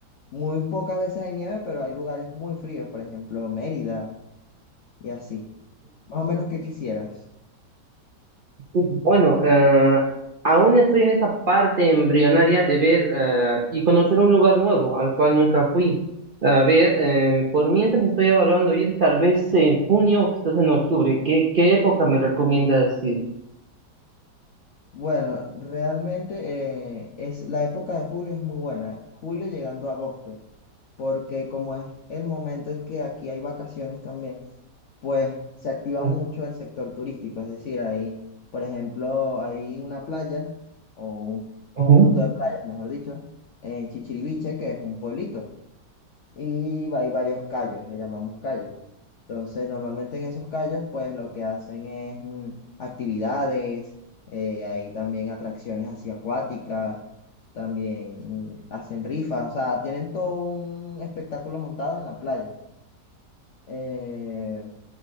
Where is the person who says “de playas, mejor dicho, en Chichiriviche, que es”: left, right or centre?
Left